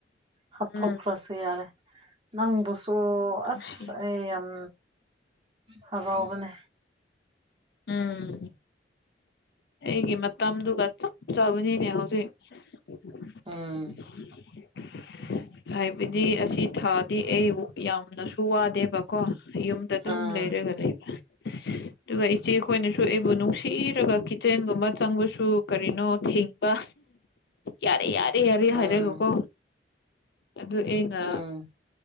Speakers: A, on the right; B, on the left.
A: ꯍꯥꯞꯊꯣꯛꯈ꯭ꯔꯥꯁꯨ
B: ꯎꯝ
A: ꯌꯥꯔꯦ ꯅꯪꯕꯨꯁꯨ
B: ꯅꯨꯡꯁꯤ
A: ꯑꯁ ꯑꯩ ꯌꯥꯝ ꯍꯔꯥꯎꯕꯅꯦ
B: ꯎꯝ ꯑꯩꯒꯤ ꯃꯇꯝꯗꯨꯒ ꯆꯞ ꯆꯥꯕꯅꯤꯅꯦ ꯍꯧꯖꯤꯛ <unintelligible>
A: ꯎꯝ <inaudible>
B: ꯍꯥꯏꯕꯗꯤ ꯑꯁꯤ ꯊꯥꯗꯤ ꯑꯩ ꯌꯥꯝꯅꯁꯨ ꯋꯥꯗꯦꯕꯀꯣ ꯌꯨꯝ ꯗꯑꯗꯨꯝ
A: ꯎꯝ
B: ꯂꯩꯔꯒ ꯂꯩꯕ ꯑꯗꯨꯒ ꯆꯦꯈꯣꯏꯅꯁꯨ ꯑꯩꯕꯨ ꯅꯨꯡꯁꯤꯔꯒ ꯀꯤꯠꯆꯦꯟꯒꯨꯝꯕ ꯆꯪꯕꯁꯨ ꯀꯔꯤꯅꯣ ꯊꯤꯡꯕ ꯌꯥꯔꯦ ꯌꯥꯔꯦ ꯌꯥꯔꯦ ꯍꯥꯏꯔꯒꯀꯣ
A: ꯎꯝ
B: ꯑꯗꯨ ꯑꯩꯅ
A: ꯎꯝ